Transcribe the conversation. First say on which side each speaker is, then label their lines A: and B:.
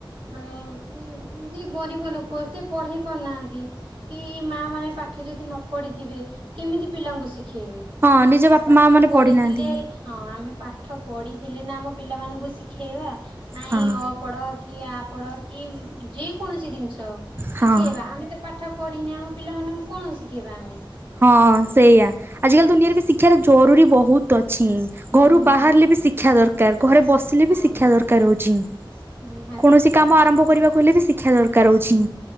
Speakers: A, on the right (about 85°); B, on the right (about 25°).
A: ମାନେ ଯିଏ ଗରିବ ଲୋକ ସେ ପଢେଇ ପାରୁନାହାନ୍ତି କି ମା ମାନେ ପାଠ ଯଦି ନ ପଢ଼ିଥିବେ କେମିତି ପିଲାଙ୍କୁ ଶିଖ ଖେଇ
B: ହଁ ନିଜ
A: ଆମେ
B: ବାପା
A: ନା ପାଠ
B: ମା ମାନେ
A: ପଢିଥିଲେ
B: ପଢିନାହାନ୍ତି
A: ହଁ ଆମେ ପାଠ ପଢିଥିଲେ ନା ଆମ ପିଲାମାନଙ୍କୁ ଶିଖେଇବା ନାଇଁ
B: ହଁ
A: ଅପଢ଼ କି ଆ ପଢ କି ଯେ କୌଣସି ଜିନିଷ ଉ
B: ହଁ।
A: ଶିଖେଇବା ଆମେ ତ ପାଠ ପଢ଼ିନେ ଆମ ପିଲାମାନଙ୍କୁ କଣ ଶିଖେଇବା ଆମେ?
B: ହଁ ସେଇଆ ଆଜିକାଲି ଦୁନିଆରେ ବି ଶିକ୍ଷାାର ଜରୁରୀ ବହୁତ ଅଛି। ଘରୁ
A: ନିହାତି
B: ବାହାରିଲେ ବି ଶିକ୍ଷା ଦରକାର ଘରେ ବସିଲେ
A: ହଁ
B: ବି ଶିକ୍ଷା ଦରକାର ହଉଛି।
A: ନିହାତି
B: କୌଣସି
A: ନିହାତି
B: କାମ ଆରମ୍ଭ କରିବା କଲେ ବି ଶିକ୍ଷା ଦରକାର ହଉଛି।